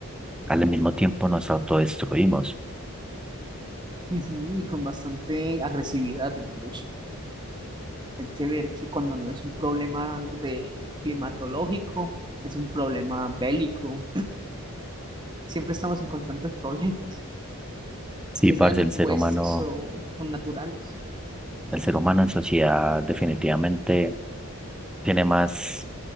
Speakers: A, in the centre; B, on the right.
A: al mismo tiempo nos autodestruimos.
B: Ujú, y con bastante agresividad incluso. Hay que ver que cuando no es un problema de climatológico, es un problema bélico. Siempre estamos en constantes problemas,
A: Sí,
B: ya
A: parce,
B: sean impuestos
A: el ser humano
B: o o naturales.
A: El ser humano en sociedad definitivamente tiene más,